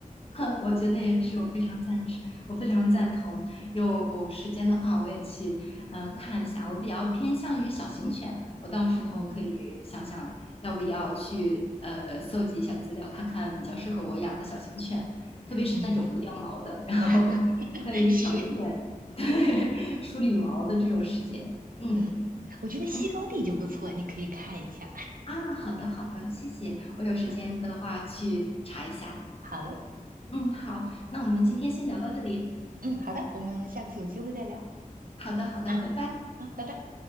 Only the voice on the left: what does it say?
哼，我觉得也是，我非常赞成，我非常赞同。有时间的话，我也去嗯看一下。我比较偏向于小型犬，我到时候可以想想要不要去呃搜集一下资料，
看看比较适合我养的小型犬，特别是那种不掉毛的，
然后
<laughs> 可以少一点
<laughs> 对梳理毛的这种时间。嗯
嗯
啊，好的好的，谢谢。我有时间的话去查一下。
嗯，好，那我们今天先聊到这里。
好的，好的，
拜拜。